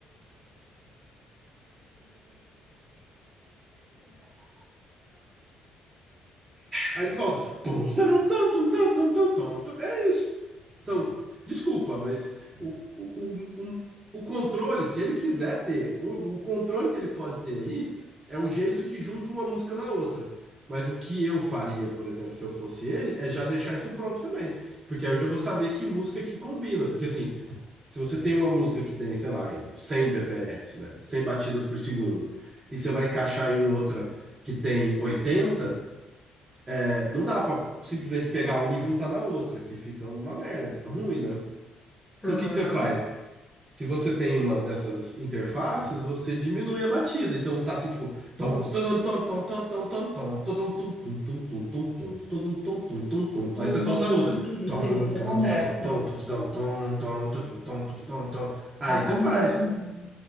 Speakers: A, on the right; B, in the centre.
A: Aí ele solta. "Tons, taram, tons, tum, tum, tum, tum, tons, tum." É isso. Então, desculpa, mas o, o, o, o, o controle, se ele quiser ter, o, o controle que ele pode ter aí é o jeito que junta uma música na outra. Mas o que eu faria, por exemplo, se eu fosse ele, é já deixar isso pronto também. Porque aí eu já vou saber que música que combina. Porque assim, se você tem uma música que tem, sei lá, em 100 BPS, né? cem batidas por segundo, e você vai encaixar em outra que tem oitenta é, Não dá pra simplesmente pegar uma e juntar na outra, que fica uma merda, fica ruim, né? Então
B: Aham.
A: o que que você faz? Se você tem uma dessas interfaces, você diminui a batida. Então tá assim, tipo, tom, todum, tom, tom, tom, tom, tom, tom, todum, tum, tum, tum, tum, tum, tum, todum, tum, tum, tum, tum, tum.
B: Hum,
A: Aí você solta a outra.
B: sim,
A: Tom,
B: sim, isso
A: tom,
B: acontece.
A: todum, tom, todum, tom, tom, tom, todum, tom, todum, tom, todum, tom. Aí
B: Acontece
A: você faz.
B: mesmo.